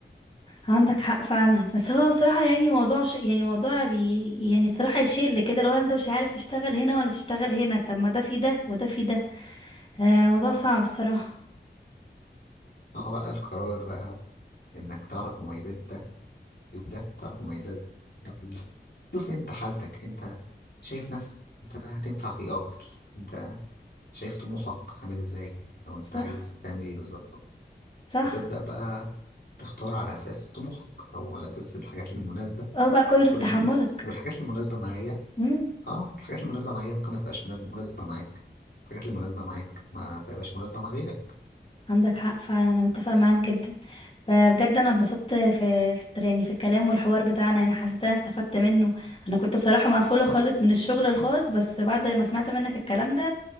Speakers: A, on the left; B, on the left.
A: عندك حق فعلا بس هو بصراحة يعني موضوع ش... يعني موضوع بي... يعني الصراحة يشل كده لو انت مش عارف تشتغل هنا ولا تشتغل هنا طب ما ده في ده وده في ده آه موضوع صعب الصراحة
B: اه بقى القرار بقى إنك تعرف مميزات ده عيوب ده تعرف مميزات ده عيوب ده شوف أنت حالتك أنت شايف نفسك أنت هتنفع في إيه أكتر أنت شايف طموحك عامل إزاي أو أنت
A: صح
B: عايز تعمل إيه بالظبط
A: صح
B: وتبدأ بقى تختار على أساس طموحك أو على أساس الحاجات المناسبة
A: اه بقى قدرة
B: لكل
A: تحملك
B: شخص والحاجات المناسبة معايا
A: مم.
B: اه الحاجات المناسبة معايا ممكن ما تبقاش مناسبة مناسبة معاك الحاجات المناسبة معاك ما تبقاش مناسبة مع غيرك
A: عندك حق فعلا انا متفقه معاك جدا ب- بجد انا اتبسطت في في التر- يعني في الكلام والحوار بتاعنا انا حسيت انا استفدت منه انا كنت بصراحه مقفوله خالص من الشغل الخاص بس بعد ما سمعت منك الكلام ده